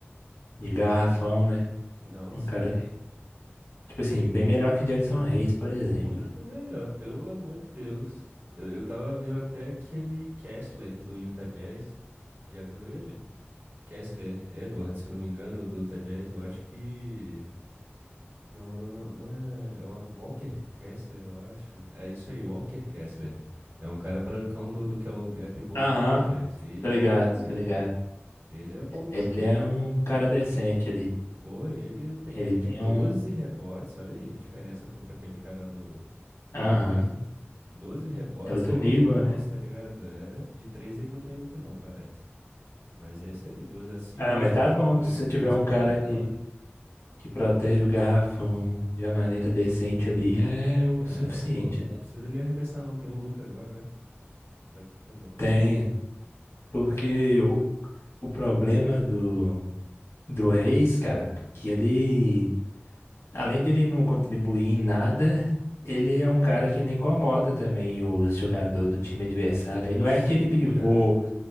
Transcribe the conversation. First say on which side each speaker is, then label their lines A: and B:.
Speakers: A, on the left; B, on the right.
A: de garrafão, né?
B: Não,
A: É
B: sim.
A: um cara, tipo assim, bem melhor que Jackson Hayes, por
B: Muito
A: exemplo.
B: melhor, pelo amor de Deus. Eu, eu tava vendo até aquele Kessler do Utah Jazz. Já viu ele? Kessler Edward, se eu não me engano, do Utah Jazz. Eu acho que. Não, não, não, não é. É o Wa- Walker Kessler, eu acho. É isso aí, Walker Kessler. É um cara brancão do, do que é o é pivô
A: Aham,
B: do Utah Jazz. Ele
A: tá
B: é
A: ligado,
B: bom também,
A: tá ligado.
B: cara. Ele é bom também.
A: Ele é um cara decente ali.
B: Pô, ele tem
A: Ele
B: média
A: tem
B: de 12
A: um.
B: rebotes. Olha aí a diferença pro, pra aquele cara do, do
A: Aham.
B: Pacers. 12 rebotes,
A: É outro
B: 11
A: nível,
B: pontos,
A: né?
B: tá ligado? É, de 3 ele não tem muito não, parece. Mas é isso aí, duas assists,
A: Ah, mas tá bom.
B: dois-
A: Se você
B: 2.4
A: tiver um cara
B: block.
A: que, que protege o garrafão de uma maneira decente ali, já é o
B: É,
A: suficiente,
B: pô, não
A: né?
B: precisa ele arremessar não, tem o Luka agora, né? Pra que que eu botar
A: Tem.
B: ele?
A: Porque
B: Ah, é.
A: o, o problema do, do Reis, cara, que ele. Além dele não contribuir em nada, ele é um cara que não incomoda também os jogadores do time adversário. Ele não
B: Sim,
A: é aquele pivô.
B: cara.